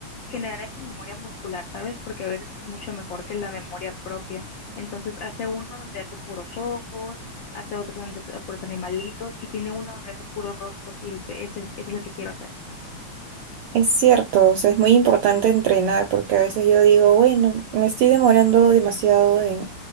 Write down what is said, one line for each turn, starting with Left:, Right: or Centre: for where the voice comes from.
Left: generar esa memoria muscular, ¿sabes? Porque a veces es mucho mejor que la memoria propia. Entonces hace uno donde hace puros ojos, hace otro donde hace puros animalitos y tiene uno donde hace puros rostros y dice, ese, ese es lo que quiero hacer.
Right: Es cierto, o sea, es muy importante entrenar, porque a veces yo digo, bueno, me estoy demorando demasiado en,